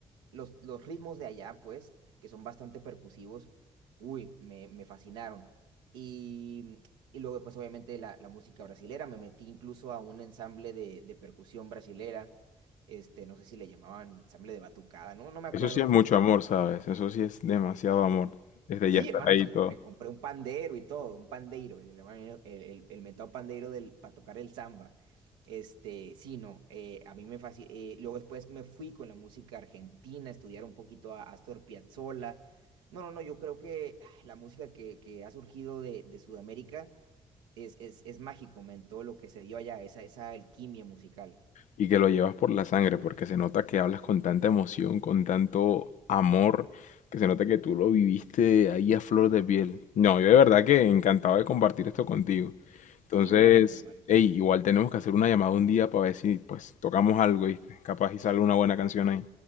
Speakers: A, on the right; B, on the left.
A: los, los ritmos de allá, pues, que son bastante percusivos, uy, me, me fascinaron. Y, y luego, pues, obviamente, la, la música brasilera, me metí incluso a un ensamble de, de percusión brasilera, este, no sé si le llamaban ensamble de batucada, no, no me acuerdo
B: Eso sí es
A: cómo
B: mucho
A: se llamaba.
B: amor, ¿sabes? Eso sí es demasiado amor. Desde
A: Sí,
B: ya estar
A: hermano,
B: ahí
A: sí,
B: y todo.
A: me compré un pandero y todo, un pandeiro, el, el, el- el mentado pandeiro del, para tocar el samba. Este, sí, no, eh, a mí me fascina. luego después me fui con la música argentina, a estudiar un poquito a Astor Piazzolla. No, no, no, yo creo que ah, la música que, que ha surgido de, de Sudamérica es, es, es mágico, men, todo lo que se dio allá, esa, esa alquimia musical.
B: y que lo llevas por la sangre, porque se nota que hablas con tanta emoción, con tanto amor,
A: Sí,
B: que se nota que tú lo viviste ahí a flor de piel. No, yo de verdad que encantado de compartir esto contigo. Entonces,
A: sí, igualmente, hermano.
B: hey, igual tenemos que hacer una llamada un día para ver si pues tocamos algo, ¿viste? Capaz y sale una buena canción ahí.